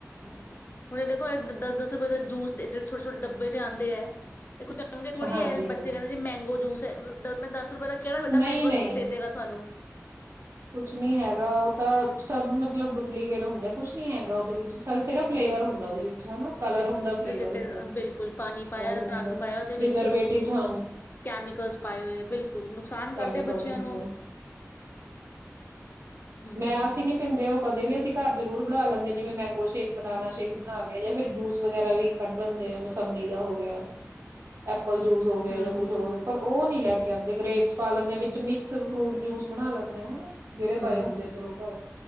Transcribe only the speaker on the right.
ਹਾਂਜੀ
ਹਾਂਜੀ
ਨਹੀਂ
ਨਹੀਂ
ਕੁਛ ਨੀ ਹੈਗਾ ਉਹ ਤਾਂ ਸਭ ਮਤਲਬ ਡੁਪਲੀਕੇਟ ਹੁੰਦੇ ਕੁਛ ਨੀ ਹੈਗਾ ਉਹਦੇ ਵਿੱਚ ਸ ਫਲੇਵਰ
ਹੁੰਦਾ ਉਹਦੇ ਵਿੱਚਾ ਕਲ
ਹੁੰਦਾ ਫਵਰ
ਹੁੰਦਾਹੀ
ਹੁੰ ਹੁੰ
ਹਮ
ਹੁੰ
ਮੈਂ ਅਸੀਂ ਨੀ ਪੀਂਦੇ ਉਹ ਕਦੇ ਵੀ ਅਸੀਂ ਘਰ ਜਰੂਰ ਬਣਾ ਲੈਂਦੇ ਜਿਵੇਂ ਮੈਂਗੋ ਸ਼ੇਕ ਬਨਾਨਾ ਸ਼ੇਕ ਬਣਾ ਲਿਆ ਜਾਂ ਫਿਰ ਜੂਸ ਵਗੈਰਾ ਵੀ ਕੱਢ ਲੈਂਦੇ ਆ ਮਸੰਮੀ ਦਾ ਹੋ ਗਿਆ <unintelligible> ਜੂਸ ਹੋ ਗਿਆ
ਜਾਂ ਕੁਛ ਹੋਰ ਪਰ ਉਹ ਨਹੀਂ ਲੈ ਕੇ ਆਉਂਦੇ ਗ੍ਰਰੇਬਸ ਪਾ ਲੈਂਦੇ ਆ ਵਿੱਚ ਮਿਕਸ ਫਰੂਟ ਜੂਸ ਬਣਾ ਲੈਂਦੇ ਆ ਹਨਾ ਜਿਹੜੇ
ਪਏ ਹੁੰਦੇ ਚਲੋ ਘਰ